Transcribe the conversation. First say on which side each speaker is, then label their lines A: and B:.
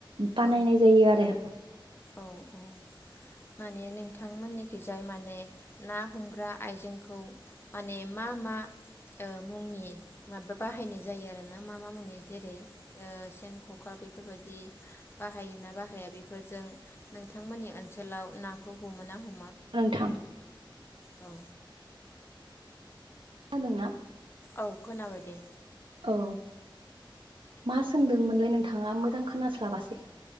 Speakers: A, on the right (about 80°); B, on the left (about 25°).
A: बानायनाय
B: औ
A: जायो आरो।
B: औ औ माने नोंथांमोननिखिजाय माने ना हमग्रा आइजेंखौ माने मा मा मुंनि माबा बाहायनाय जायो आरो ना मा मा मुंनि जेरै सेन, ख'खा बेफोरबायदि। बाहायोना बाहाया बेफोरजों नोंथांमोननि ओनसोलाव नाखौ हमो ना ह
A: नोंथां
B: औ।
A: खोनादोंना?
B: औ खोनाबाय दे।
A: औ मा सोंदोंमोनलाय नोंथाङा मोजां खोनास्लाबासै।